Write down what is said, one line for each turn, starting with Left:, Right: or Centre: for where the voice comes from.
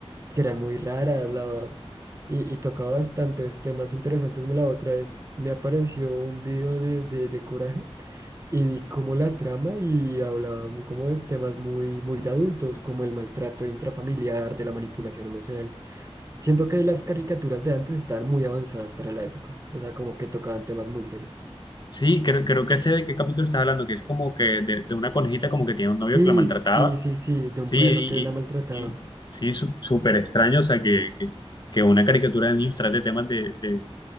Right: que eran muy raras, la... y, y tocaba bastantes temas interesantes. Me La otra vez me apareció un video de, de, de Coraje y vi como la trama y hablaban como de temas muy, muy de adultos, como el maltrato intrafamiliar, de la manipulación emocional. Siento que las caricaturas de antes estaban muy avanzadas para la época, o sea, como que tocaban temas muy serios.
Left: Sí, creo, creo que sé de qué capítulo estás hablando, que es como que de, de una conejita como que tiene un novio
Right: Sí,
Left: que la maltrataba
Right: sí, sí, sí, de
Left: Sí,
Right: un perro
Left: y,
Right: que la maltrataba,
Left: y- y- sí, su- súper extraño, o sea, que, que, que una caricatura de niños trate temas de, de,